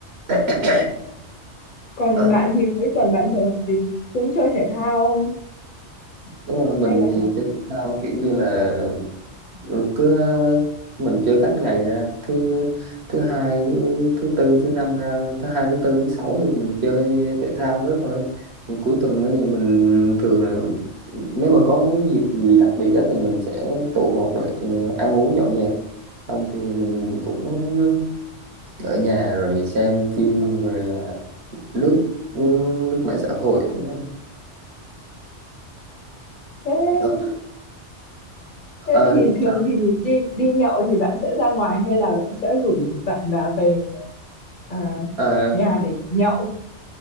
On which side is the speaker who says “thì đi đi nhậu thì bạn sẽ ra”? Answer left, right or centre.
Left